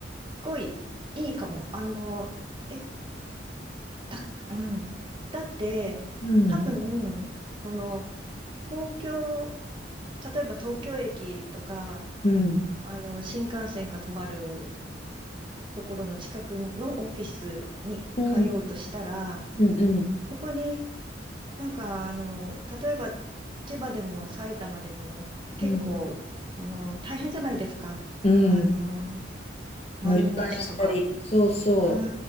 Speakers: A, on the right (about 30°); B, on the left (about 35°).
A: ごい、いいかも。あの、え、た、うん。だって、
B: うん、
A: 多分、その、東京、例えば東京駅とか、
B: うん、
A: あの、新幹線が止まるところの近くのオフィスに通うとしたら、
B: うん、うん、うん、
A: そこになんか、あの、例えば、千葉でも埼玉でも、結構、
B: うん、
A: その、大変じゃないですか。
B: うん
A: あの、満員電車とか。
B: 乗り換えしたり、そうそう。
A: う